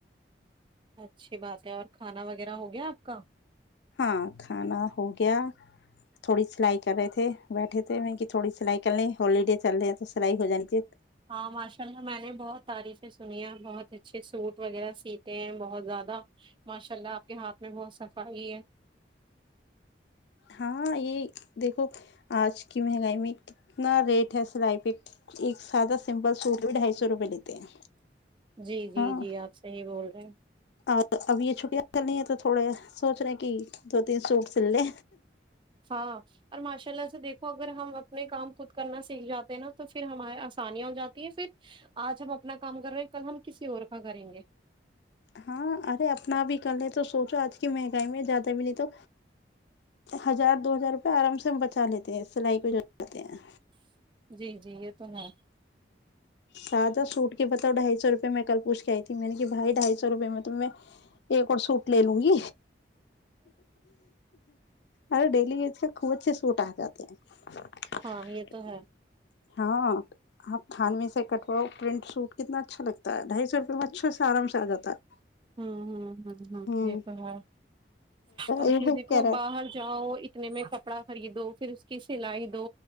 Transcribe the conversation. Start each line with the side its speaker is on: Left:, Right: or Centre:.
Right: اچھی بات ہے اور کھانا وغیرہ ہو گیا آپ کا
Left: ہاں کھانا ہو گیا تھوڑی سلائی کر رہے تھے بیٹھے تھے م کی تھوڑی سلائی کر لے ہوالیڈے چل رہے ہیں تو سلائی ہو جانی تاہی
Right: ہاں ماشاء اللہ میں نے بہت تعریفیں سنی ہے بہت اچھے سوٹ وغیرہ سیتے ہیں بہت زیادہ ماشاء اللہ آپ کے ہاتھ میں بہت صفائی ہے
Left: ہاں یہ دیکھو آج کی مہنگائی میں کتنا ریٹ ہے سلائی پہ ایک سادہ سمپل سوٹ بھی ڈھائی سو روپے لیتے ہیں
Right: جی جی
Left: ہاں
Right: جی آپ صحیح بول رہے ہیں
Left: اور اب یہ چھٹیاں کرنی ہیں تو تھوڑے سوچ رہے ہیں کہ دو تین سوٹ سل لے
Right: ہاں اور ماشاء اللہ سے دیکھو اگر ہم اپنے کام خود کرنا سیکھ جاتے ہیں نا تو پھر ہمارے آسانیاں ہو جاتی ہیں پھر آج ہم اپنا کام کر رہے ہیں کل ہم کسی اور کا کریں گے
Left: ہاں ارے اپنا بھی کر لے تو سوچو آج کی مہنگائی میں زیادہ بھی نہیں تو ہزار دو ہزار روپئے آرام سے ہم بچا لیتے ہیں سلائی کو جاتے ہیں
Right: جی جی یہ تو ہے
Left: سادہ سوٹ کے بتاؤ ڈھائی سو روپئے میں کل پوچ کے آئی تھی میں نے کہ بھائی ڈھائی سو روپئے میں تو میں ایک اور سوٹ لے لوں گی ارے ڈیلی ویز کا خوب اچھے سوٹ آ جاتے ہیں
Right: ہاں یہ تو ہے
Left: ہاں آپ تھان میں سے کٹواؤ پرنٹ سوٹ کتنا اچھا لگتا ڈھائی سو روپئے میں اچھے سے آرام سے آاتا ہے
Right: ہ ہ ہ ہ
Left: ہوں
Right: یہ تو ہے اور
Left: یہ
Right: پھر دیکھو
Left: کہہ رہا
Right: باہر جاؤ سنے میں کپڑا خریدو پھر اس کی سلائی دو